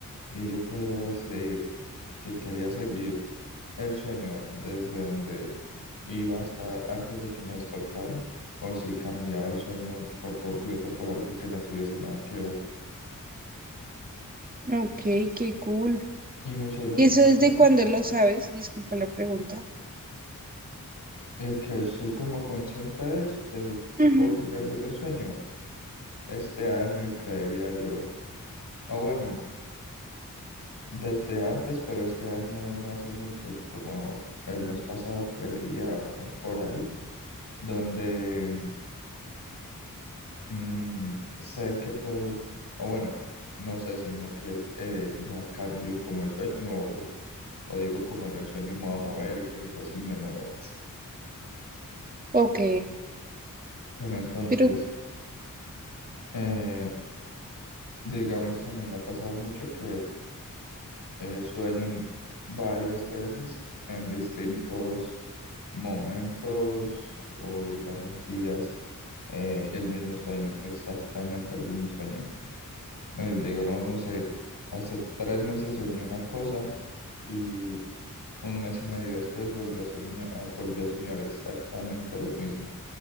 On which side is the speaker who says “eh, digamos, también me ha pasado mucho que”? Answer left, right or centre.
Left